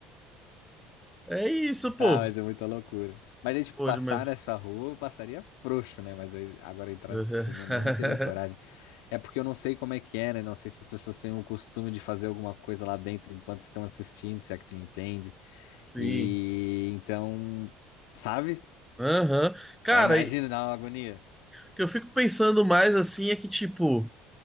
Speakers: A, in the centre; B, on the left.
A: É isso, pô.
B: Ah, mas é muita loucura. Mas aí, tipo,
A: Pô,
B: passar
A: mas
B: nessa rua, eu passaria frouxo, né? Mas aí, agora entrar
A: <laughs>
B: nesse cinema, aí eu não teria coragem. É porque eu não sei como é que é, né? Não sei se as pessoas têm o costume de fazer alguma coisa lá dentro enquanto estão assistindo, se é que tu me entende.
A: Sim.
B: E então, sabe?
A: Aham. Cara,
B: Aí imagina,
A: e-
B: dá uma agonia.
A: o que eu fico pensando mais assim é que tipo